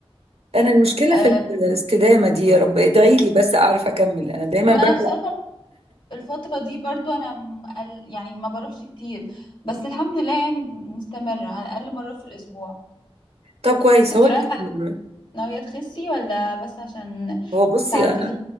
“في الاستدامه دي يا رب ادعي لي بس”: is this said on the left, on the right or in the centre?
Right